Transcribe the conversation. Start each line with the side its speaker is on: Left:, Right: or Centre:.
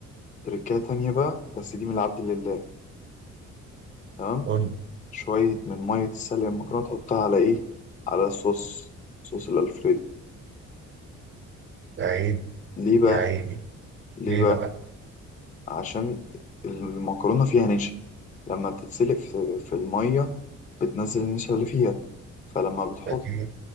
Left: تركاية تانية بقى بس دي من العبد لله تمام
Right: قول لي.
Left: شوية من مية السلق المكرونة تحطها على ايه على الصوص صوص الألفريدو
Right: يا عيني
Left: ليه بقى
Right: يا عيني
Left: ليه
Right: ليه
Left: بقى
Right: بقى؟
Left: عشان المكرونة فيها نشا لما تتسلق في في المية بتنزل النشا اللي فيها فلما بتحط
Right: أكيد